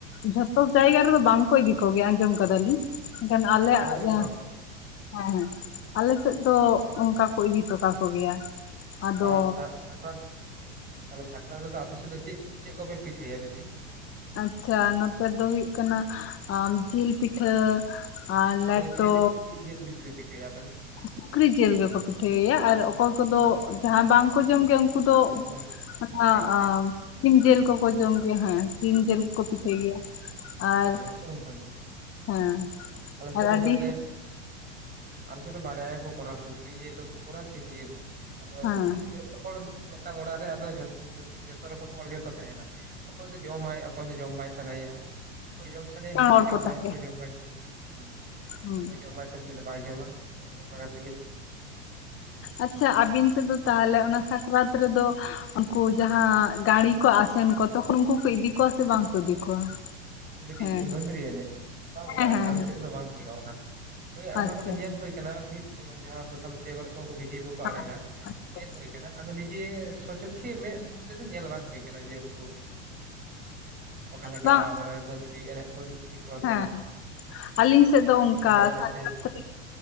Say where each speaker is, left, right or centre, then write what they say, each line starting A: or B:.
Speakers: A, on the left; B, on the right.
A: ᱡᱷᱚᱛᱚ ᱡᱟᱭᱜᱟ ᱨᱮᱫᱚ ᱵᱟᱝᱠᱚ ᱤᱫᱤ ᱠᱚᱜᱮᱭᱟ ᱟᱸᱡᱚᱢ ᱠᱟᱫᱟᱞᱤᱧ, ᱮᱱᱠᱷᱟᱱ ᱟᱞᱮᱭᱟᱜ
B: ᱵᱟ ᱟᱞᱮ ᱥᱮᱫ
A: ᱡᱟᱦᱟ,
B: ᱫᱚ ᱵᱟᱝ
A: ᱦᱮᱸ ᱟᱞᱮ ᱥᱮᱫ ᱫᱚ ᱚᱱᱠᱟ ᱠᱚ ᱤᱫᱤ ᱦᱚᱴᱚ ᱠᱟᱠᱚ ᱜᱮᱭᱟ᱾ ᱟᱫᱚ
B: ᱟᱨ ᱥᱟᱠᱨᱟᱛ ᱛᱟᱦᱚᱞᱮ ᱥᱟᱠᱨᱟᱛ ᱨᱮᱫᱚ ᱟᱯᱮ ᱥᱮᱫ ᱫᱚ ᱪᱮᱫ ᱪᱮᱜ ᱠᱚᱯᱮ ᱯᱤᱴᱷᱟᱹᱭᱟ ᱵᱮᱥᱤ?
A: ᱟᱪᱪᱷᱟ ᱱᱚᱛᱮ ᱫᱚ ᱦᱩᱭᱩᱜ ᱠᱟᱱᱟ ᱟ ᱡᱤᱞ ᱯᱤᱴᱷᱟᱹ᱾ ᱟᱨ ᱞᱮᱴᱚ
B: ᱦᱳᱭ ᱪᱮᱞᱮ ᱪᱮᱫ ᱡᱤᱞ ᱵᱤᱥᱤ ᱯᱮ ᱯᱤᱴᱷᱟᱹᱭᱟ ᱟᱯᱮ ᱫᱚ?
A: ᱥᱩᱠᱨᱤ ᱡᱤᱞ ᱜᱮᱠᱚ ᱯᱤᱴᱷᱟᱹᱭ ᱜᱮᱭᱟ ᱟᱨ ᱚᱠᱚᱭ ᱠᱚᱫᱚ ᱡᱟᱦᱟᱸ ᱵᱟᱝᱠᱚ ᱡᱚᱢ ᱜᱮᱭᱟ ᱩᱱᱠᱩ ᱩᱱᱠᱩ ᱫᱚ
B: ᱦᱳᱭ
A: ᱚᱱᱟ
B: ᱥᱤᱢ ᱡᱤᱞ
A: ᱮᱸ ᱥᱤᱢ ᱡᱤᱞ ᱠᱚᱠᱚ ᱡᱚᱢ ᱜᱮᱭᱟ ᱦᱮᱸ, ᱥᱤᱢ ᱡᱤᱞ ᱠᱚᱠᱚ ᱯᱤᱴᱷᱟᱹᱭ ᱜᱮᱭᱟ᱾ ᱟᱨ
B: ᱟᱞᱮ ᱥᱮᱫ ᱦᱚᱸ ᱚᱱᱠᱟ ᱜᱮ,
A: ᱦᱮᱸ᱾
B: ᱟᱞᱮ ᱥᱮᱫ
A: ᱟᱨ
B: ᱦᱚᱸ
A: ᱟᱹᱰᱤ
B: ᱚᱱᱠᱟᱜᱮ, ᱟᱞᱮ ᱥᱮᱫ ᱫᱚ ᱵᱟᱨᱭᱟ ᱜᱮᱠᱚ ᱠᱚᱨᱟᱣᱟ ᱥᱩᱠᱨᱤ ᱡᱤᱞ ᱦᱚᱸᱠᱚ ᱠᱚᱨᱟᱣᱟ ᱥᱤᱢ ᱡᱤᱞ ᱦᱚᱸ ᱟᱫᱚ
A: ᱦᱮᱸ
B: ᱩᱱᱡᱽ, ᱡᱚᱛᱚ ᱦᱚᱲ ᱢᱤᱫᱴᱟᱝ ᱚᱲᱟᱜ ᱨᱮ ᱟᱫᱚ ᱡᱚᱛᱚ ᱨᱚᱠᱚᱢ ᱦᱚᱲ ᱜᱮᱠᱚ ᱛᱟᱦᱮᱱᱟ ᱚᱠᱚᱭ ᱫᱚᱭ ᱡᱚᱢᱟᱭ ᱚᱠᱚᱭ ᱫᱚ ᱡᱚᱢ ᱵᱟᱭ ᱥᱟᱱᱟᱮᱭᱟ ᱚᱠᱚᱭ ᱡᱚᱢ ᱥᱟᱱᱟᱭᱮᱭᱟ
A: ᱦᱚᱲ
B: ᱦᱟᱹᱱᱤ ᱫᱚ ᱡᱚᱢᱟᱭ
A: ᱠᱚ ᱛᱟᱦᱚᱞᱮ
B: ᱚᱠᱚᱭ ᱡᱚᱢ ᱵᱟᱭ ᱥᱟᱱᱟᱭᱮᱭᱟ ᱦᱩᱸ
A: ᱦᱮᱸ
B: ᱚᱠᱚᱭ ᱡᱚᱢ ᱵᱟᱭ ᱥᱟᱱᱟᱮᱭᱟ ᱩᱱᱤ ᱫᱚ ᱵᱟᱭ ᱡᱚᱢᱟ ᱦᱳᱭ ᱚᱱᱠᱟ ᱠᱟᱛᱮᱜ ᱜᱮ,
A: ᱟᱪᱪᱷᱟ ᱟᱵᱤᱱ ᱥᱮᱫ ᱫᱚ ᱛᱟᱦᱚᱞᱮ ᱚᱱᱟ ᱥᱟᱠᱨᱟᱛ ᱨᱮᱫᱚ ᱩᱱᱠᱩ ᱡᱟᱦᱟᱸ ᱜᱟᱹᱲᱤ ᱠᱚ ᱟᱥᱮᱱ ᱠᱚ ᱛᱚᱠᱷᱚᱱ ᱩᱱᱠᱩ ᱠᱚ ᱤᱫᱤ ᱠᱚᱣᱟ ᱥᱮ ᱵᱟᱝ ᱠᱚ ᱤᱫᱤ ᱠᱚᱣᱟ,
B: ᱵᱟᱹᱫᱽᱨᱤ
A: ᱦᱮᱸ
B: ᱵᱟᱹᱫᱽᱨᱤ ᱮᱱᱮᱡ ᱵᱟᱝ
A: ᱦᱮᱸ
B: ᱵᱟᱝ
A: ᱦᱮᱸ
B: ᱟᱞᱮ
A: ᱦᱮᱸ
B: ᱥᱮᱫ ᱫᱚ ᱵᱟᱝ ᱦᱩᱭᱩᱜᱼᱟ ᱚᱱᱟ᱾ ᱦᱳᱭ ᱚᱱᱟ
A: ᱟᱪᱪᱷᱟ
B: ᱠᱚᱫᱚ ᱧᱮᱞ ᱦᱩᱭ ᱠᱟᱱᱟ ᱢᱤᱫ ᱡᱟᱦᱟᱸ ᱥᱳᱥᱟᱞ ᱢᱤᱰᱤᱭᱟ ᱠᱚᱨᱮ ᱚᱝᱠᱚ ᱵᱷᱤᱰᱭᱳ ᱠᱚᱠᱚ ᱟᱲᱟᱜᱟ
A: ᱟᱪᱪᱷᱟ
B: ᱧᱮᱞ ᱦᱩᱭ ᱟᱠᱟᱱᱟ ᱟᱫᱚ ᱱᱤᱡᱮ ᱥᱚᱪᱚᱠᱠᱷᱮ ᱢᱮᱫ ᱛᱮᱫᱚ ᱧᱮᱞ ᱵᱟᱝ ᱦᱩᱭᱩ ᱠᱟᱱᱟ ᱡᱮ ᱩᱝᱠᱩ ᱚᱠᱟᱞᱮᱠᱟ
A: ᱵᱟᱝ
B: ᱢᱟᱱᱮ ᱵᱟᱹᱫᱽᱨᱤ ᱮᱱᱮᱡ ᱠᱚ ᱤᱫᱤ ᱠᱚᱣᱟ
A: ᱦᱮᱸ
B: ᱠᱚ
A: ᱟᱹᱞᱤᱧ ᱥᱮᱫ ᱫᱚ ᱚᱱᱠᱟ
B: ᱮᱱᱮᱡ ᱮᱱᱮᱡ
A: ᱥᱟᱠᱨᱟᱛ
B: ᱛᱮ
A: ᱨᱮ